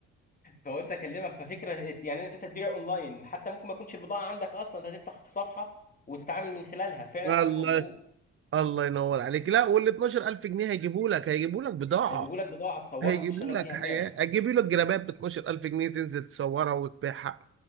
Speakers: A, on the left; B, on the right.
A: فقلت اكلمك ففكره إت- يعني انت تبيع اونلاين حتى ممكن ما يكونش البضاعه عندك اصلا انت تفتح صفحه وتتعامل من خلالها فعلا
B: الله
A: كلام مظبوط
B: الله ينور عليك لا وال 12000 جنيه هيجيبوا لك هيجيبوا لك بضاعة
A: هيجيبوا لك بضاعه تصورها
B: هيجيبوا
A: وتشتغل
B: لك
A: بيها فعلا
B: حاجات هيجيبوا لك جرابات ب 12000 جنيه تنزل تصورها وتبيعها